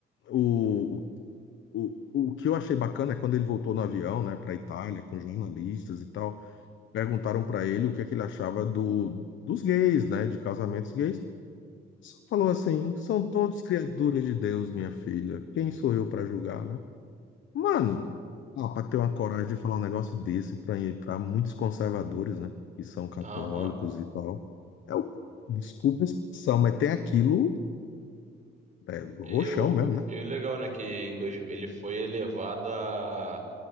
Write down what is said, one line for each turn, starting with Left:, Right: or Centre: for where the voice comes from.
Left: O, o, o que eu achei bacana é quando ele voltou no avião, né, para Itália, com jornalistas e tal, perguntaram para ele o que é que ele achava do, dos gays, né, de casamentos gays. Só Falou assim: são todos criaturas de Deus, minha filha. Quem sou eu para julgar, né? Mano, ah, para ter uma coragem de falar um negócio desse para muitos conservadores, né, que são católicos
Right: Aham.
Left: e tal, é o, desculpa a expressão, mas tem aquilo, é, roxão
Right: E o,
Left: mesmo, né?
Right: e o legal, né, que em dois, ele foi elevado a